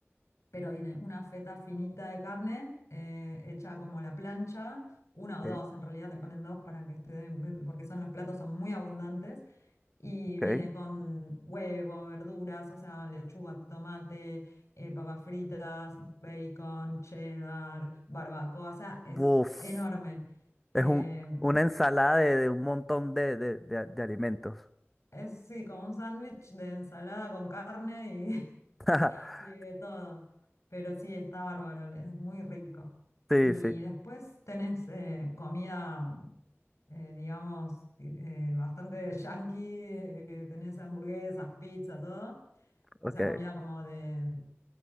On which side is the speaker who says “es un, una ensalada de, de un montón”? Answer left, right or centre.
Centre